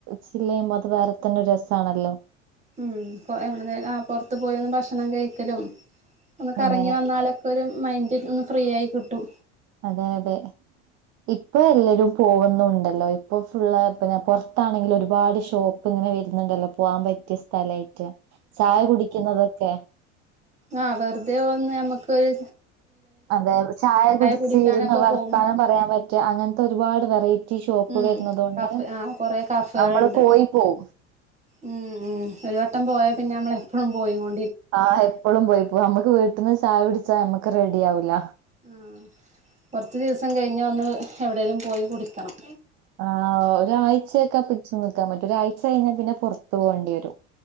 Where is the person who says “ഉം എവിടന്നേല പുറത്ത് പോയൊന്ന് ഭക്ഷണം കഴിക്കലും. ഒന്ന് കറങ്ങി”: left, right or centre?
Right